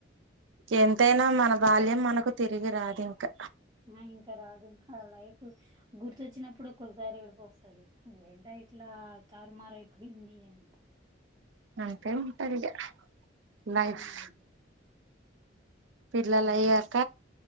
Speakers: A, on the right (about 80°); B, on the right (about 20°).
A: ఎంతైనా మన బాల్యం మనకు తిరిగి రాదింకా
B: ఆ ఇంకా రాదింకా లైఫ్ గుర్తొచ్చినప్పుడు ఒక్కొక్కసారి ఏడుపోస్తది ఏంటా ఇట్లా తారుమారయిపోయింది అని
A: అంతే ఉంటదిగా
B: ఉమ్
A: లైఫ్ పిల్లలయ్యాక
B: అది